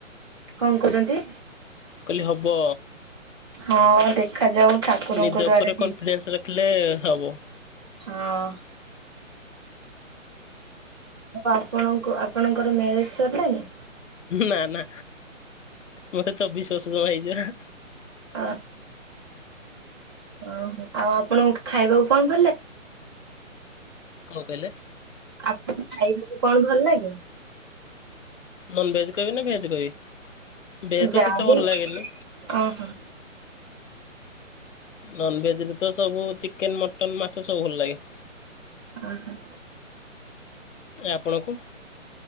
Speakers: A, on the right; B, on the left.
A: କଣ କହୁଜନ୍ତି?
B: କହିଲି ହବ।
A: ହଁ ଦେଖାଯାଉ। ଠାକୁରଙ୍କ
B: ନିଜ
A: ଦ୍ଵାରା
B: ଉପରେ
A: ହେଇ
B: କନଫିଡେନ୍ସ ରଖିଲେ ହବ।
A: ହଁ। ଆଉ ଆପଣଙ୍କୁ ଆପଣଙ୍କର ମ୍ୟାରେଜ ସରିଲାଣିି?
B: ନା ନା ମତେ ଚବିଶ ବର୍ଷ ଜମା ହେଇଯିବା।
A: ଅ ଓ ଆଉ ଆପଣଙ୍କୁ ଖାଇବାକୁ କଣ ଭଲେ?
B: କଣ କହିଲେ?
A: ଆପଣ ଖାଇବାକୁ କଣ ଭଲ ଲାଗେ?
B: ନନଭେଜ କହିବି ନା ଭେଜ କହିବି? ଭେଜ ତ
A: ଯା
B: ସେତେ ଭଲ
A: ବି
B: ଲାଗେନି
A: ଓହୋ।
B: ନନଭେଜ ରେ ତ ସବୁ ଚିକେନ, ମଟନ, ମାଛ ସବୁ ଭଲ ଲାଗେ।
A: ଅ ହ।
B: ଆପଣଙ୍କୁ?